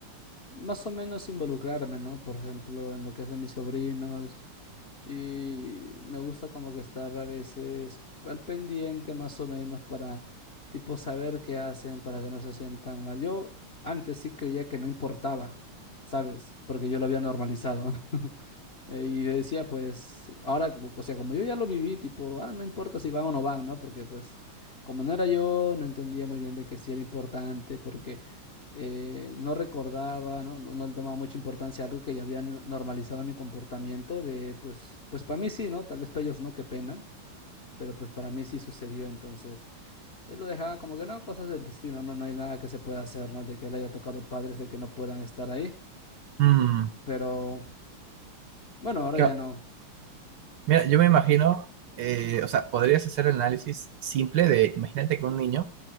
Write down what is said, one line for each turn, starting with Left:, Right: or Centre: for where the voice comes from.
Left: más o menos involucrarme, ¿no? Por ejemplo, en lo que hacen mis sobrinos, y me gusta como que estar a veces al pendiente más o menos para tipo saber qué hacen para que no se sientan mal. Yo antes sí creía que no importaba, ¿sabes? Porque yo lo había normalizado. <laughs> Eh, Y yo decía, pues, ahora, o sea, como yo ya lo viví, tipo, ah, no importa si van o no van, ¿no? Porque, pues, como no era yo, no entendía muy bien de que sí era importante, porque eh, no recordaba, ¿no? No, no le tomaba mucha importancia a algo que ya habían normalizado en mi comportamiento, de, pues, pues para mí sí, ¿no? Tal vez para ellos no, qué pena, pero pues para mí sí sucedió, entonces, él lo dejaba como que, no, cosas del destino, no, no hay nada que se pueda hacer, ¿no? De que él haya tocado padres, de que no puedan estar ahí,
Right: Mm,
Left: pero, bueno, ahora
Right: que-
Left: ya no.
Right: mira, yo me imagino, eh, o sea, podrías hacer el análisis simple de, imagínate que un niño,